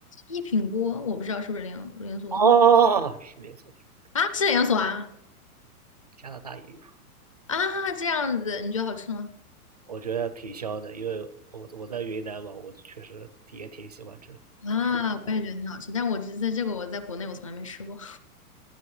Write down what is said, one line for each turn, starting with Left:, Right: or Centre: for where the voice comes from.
Left: 一品锅，我不知道是不是连连锁
Right: 哦，是连锁店，
Left: 啊？是连锁啊？
Right: 加拿大也有。
Left: 啊，这样子你觉得好吃吗？
Right: 我觉得挺香的，因为我我在云南嘛，我确实也挺喜欢吃四川火锅的。
Left: 啊，我也觉得挺好吃，但我这在这个我在国内我从来没吃过。